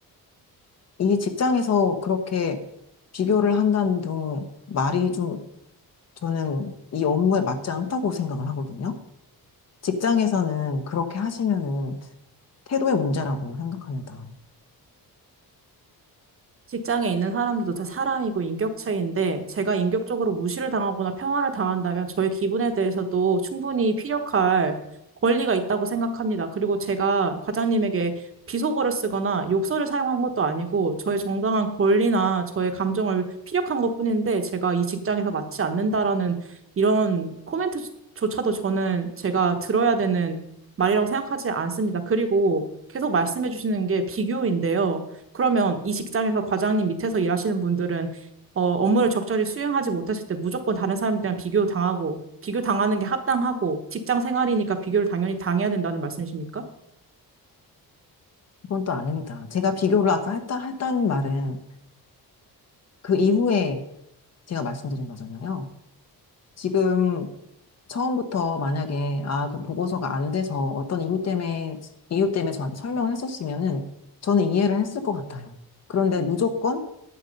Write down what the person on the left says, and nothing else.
이 직장에서 그렇게 비교를 한다는 둥 말이 좀 저는 이 업무에 맞지 않다고 생각을 하거든요. 직장에서는 그렇게 하시면은 태도의 문제라고 생각합니다.
그건 또 아닙니다. 제가 비교를 아까 했다, 했다는 말은 그 이후에 제가 말씀드린 거잖아요. 지금 처음부터 만약에 아, 그 보고서가 안 돼서 어떤 이유 때문에 이유 때문에 저한테 설명을 했었으면은 저는 이해를 했을 것 같아요. 그런데 무조건